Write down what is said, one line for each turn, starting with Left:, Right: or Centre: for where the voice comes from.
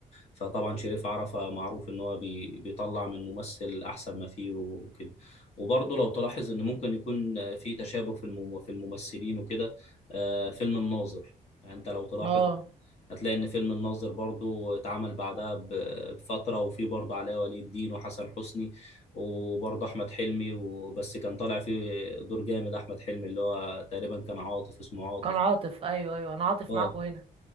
Left: فطبعا شريف عرفة معروف ان هو بي... بيطلع من ممثل احسن ما فيه وكده وبرضه لو تلاحظ ان ممكن يكون آه، في تشابه في المم- في الممثلين وكده آه، فيلم الناظر يعني انت لو تلاحظ
Right: اه
Left: هتلاقي ان فيلم الناظر برضه اتعمل بعدها ب- بفتره وفي برضه علاء ولي الدين وحسن حسني وبرضه احمد حلمي وبس كان طالع فيه دور جامد احمد حلمي اللي هو تقريبا كان عاطف اسمه عاطف
Right: كان عاطف ايوه ايوه انا عاطف
Left: اه
Right: معاكم هنا